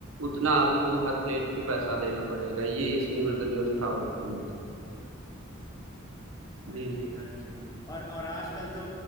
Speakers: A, on the right; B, on the left.
A: उतना आपको हर प्लेट पे पैसा देना पड़ेगा ये इसमें मतलब व्यवस्था होती है
B: हाँ
A: जी
B: जी हाँ जी और और आजकल तो